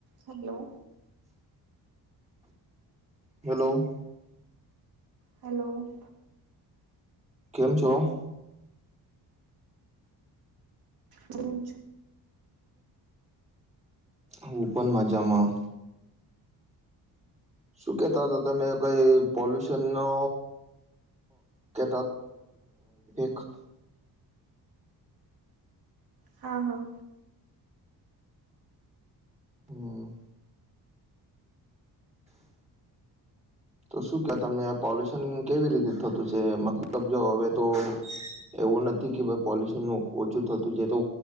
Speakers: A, on the right; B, on the right.
A: Hello.
B: Hello.
A: Hello.
B: કેમ છો?
A: કેમ છો?
B: હું પણ મજામાં. શું કેતા હતા તમે કઈ પોલ્યુશન નો કે <inaudible>
A: હા હા.
B: હમ. તો શું કવાય તમને પોલ્યુશન કેવી રીતે થતું છે? મતલબ જો હવે તો એવું નથી કે ભાઈ પોલ્યુશન નું ઓછું થતું જે તો